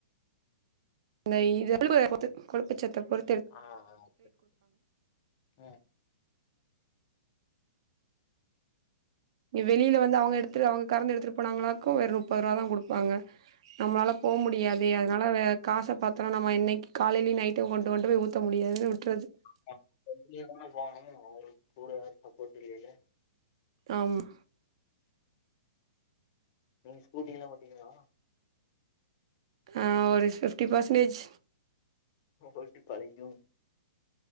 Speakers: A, on the right; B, on the left.
A: அ இ <unintelligible> குழப்பச்சத்த பொறு
B: ஆ ஆ சரி சரி ம்
A: நீ வெளியில வந்து அவுங்க எடுத்துட் அவுங்க கறந்து எடுத்துட்டு போனாங்களாக்கு வெறு முப்பது ரூபா தா குடுப்பாங்க நம்மளால போ முடியாதே அதனால வே காச பாத்தோன்னா நம்ம என்னைக்கு காலைலியு நைட்டு கொண்டு கொண்டு போய் ஊத்த முடியாதுன்னு விட்றது
B: <unintelligible> போகணு உங்களுக்கு கூடவே யாரு சப்போர்ட் இல்லிலெல்ல
A: ஆம்மா
B: நீங்க ஸ்கூட்டில்லா ஓட்டுவீங்ளா
A: ஆ ஒரு ஃபிப்டி பர்சன் டேஜ்
B: <unintelligible> பழகிடு